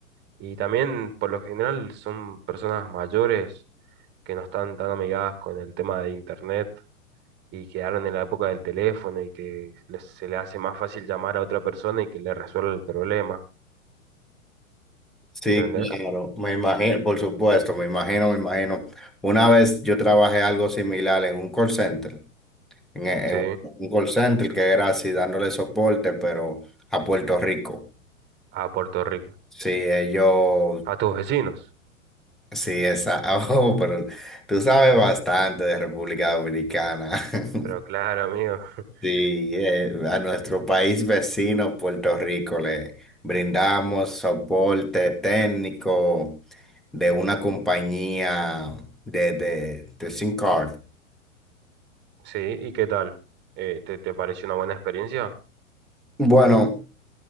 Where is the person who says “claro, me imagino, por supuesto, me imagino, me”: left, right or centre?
Centre